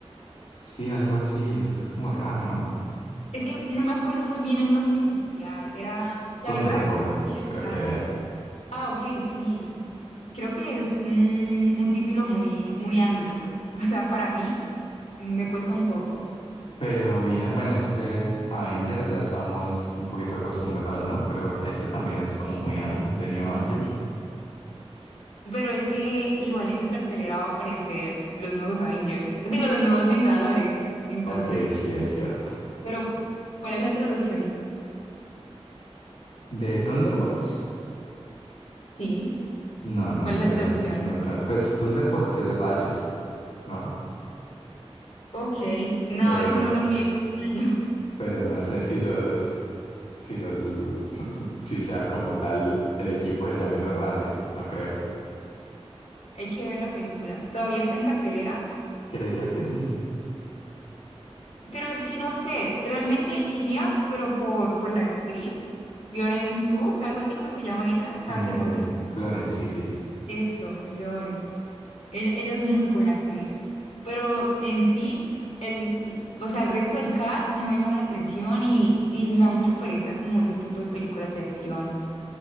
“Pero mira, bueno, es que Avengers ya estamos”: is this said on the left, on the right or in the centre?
Left